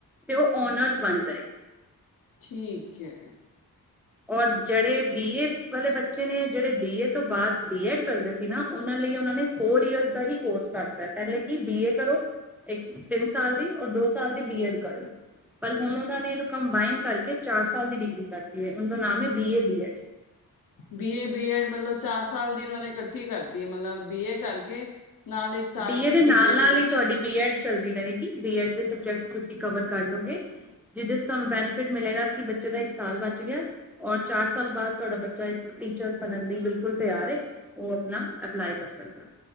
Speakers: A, in the centre; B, on the left.
A: ਤੇ ਉਹ ਓਨਰਜ਼ ਬਣ ਜਾਏਗੀ।
B: ਠੀਕ ਐ।
A: ਔਰ ਜਿਹੜੇ ਬੀ ਏ ਵਾਲੇ ਬੱਚੇ ਨੇ ਜਿਹੜੇ ਬੀਏ ਤੋਂ ਬਾਅਦ ਬੀ ਐਡ ਕਰਦੇ ਸੀ ਨਾ, ਉਹਨਾਂ ਲਈ ਉਹਨਾਂ ਨੇ ਫੋਰ ਈਅਰਸ ਦਾ ਹੀ ਕੋਰਸ ਕਰਤਾ ਏ, ਪਹਿਲੇ ਕਿ ਬੀ ਏ ਕਰੋ ਇੱਕ ਤਿੰਨ ਸਾਲ ਦੀ ਔਰ ਦੋ ਸਾਲ ਦੀ ਬੀ ਐਡ ਕਰੋ ਪਰ ਹੁਣ ਉਹਨਾਂ ਨੇ ਇਹਨੂੰ ਕੰਬਾਈਨ ਕਰਕੇ ਚਾਰ ਸਾਲ ਦੀ ਡਿਗਰੀ ਕਰਤੀ ਐ ਉਹ ਦਾ ਨਾਮ ਐ B A BEd
B: B A BEd ਮਤਲਬ ਚਾਰ ਸਾਲ ਦੀ ਉਹਨਾਂ ਨੇ ਕੱਠੀ ਕਰਤੀ ਐ ਮਤਲਬ ਬੀ ਏ ਕਰਕੇ ਨਾਲ ਇੱਕ ਸਾਲ
A: ਬੀਏ
B: ਚ ਤੁਸੀਂ
A: ਦੇ ਨਾਲ-ਨਾਲ
B: ਬੀ ਐਡ ਵੀ
A: ਹੀ ਤੁਹਾਡੀ ਬੀ ਐਡ ਚੱਲਦੀ ਰਹੇਗੀ ਬੀ ਐਡ ਦੇ ਸਬਜੈਕਟ ਤੁਸੀਂ ਕਵਰ ਕਰ ਲੋਗੇ। ਜਿਹਦੇ ਚ ਤੁਹਾਨੂੰ ਬੈਨੀਫਿਟ ਮਿਲੇਗਾ ਕਿ ਬੱਚੇ ਦਾ ਇੱਕ ਸਾਲ ਬਚ ਗਿਆ। ਔਰ ਚਾਰ ਸਾਲ ਬਾਅਦ ਤੁਹਾਡਾ ਬੱਚਾ ਇੱਕ ਟੀਚਰ ਬਣਨ ਲਈ ਬਿਲਕੁਲ ਤਿਆਰ ਏ। ਉਹ ਆਪਣਾ ਅਪਲਾਈ ਕਰ ਸਕਦਾ।